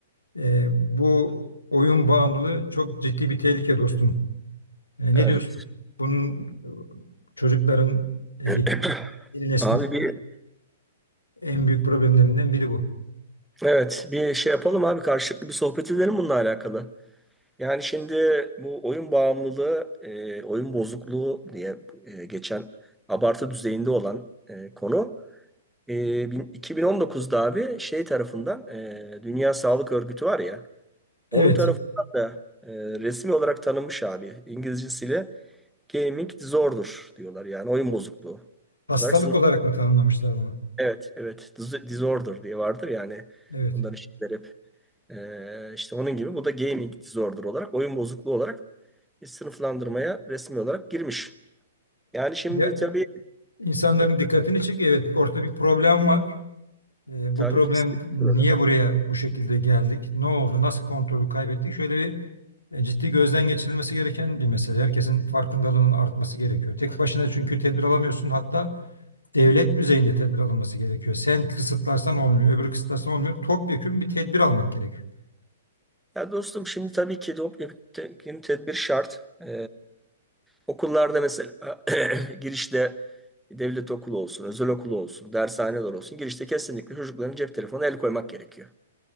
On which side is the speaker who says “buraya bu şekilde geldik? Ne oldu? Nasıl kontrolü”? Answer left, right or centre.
Left